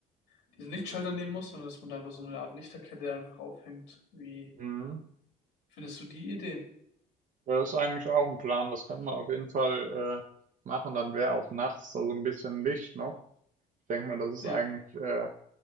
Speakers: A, on the left; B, on the right.
A: diesen Lichtschalter nehmen muss, sondern dass man da einfach so eine Art Lichterkette einfach aufhängt. Wie
B: Mhm.
A: findest du die Idee?
B: Das ist eigentlich auch ein Plan, das können wir auf jeden Fall äh, machen. Dann wäre auch nachts da so ein bisschen Licht noch. Ich denke mal, das ist
A: Ja,
B: eigentlich äh,